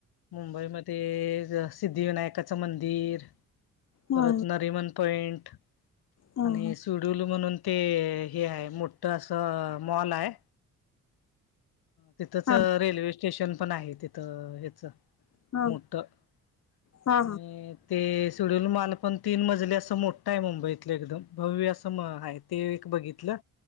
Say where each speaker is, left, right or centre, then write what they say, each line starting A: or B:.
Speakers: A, on the left (about 55°); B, on the left (about 35°).
A: मुंबईमध्ये सिद्धिविनायकाचं मंदिर
B: हा
A: परत नरमन पॉइंट
B: हा
A: आणि सूट डुलू म्हणून ते हे आहे मोठं असं मॉल आहे तिथंच
B: हा
A: रेल्वे स्टेशन पण आहे तिथं हच
B: हा
A: मोठ आणि
B: हा
A: ते सुडल माल पण तीन मजले असं मोठा आहे मुंबईतले एकदम भव्य असं आहेत ते एक बघितलं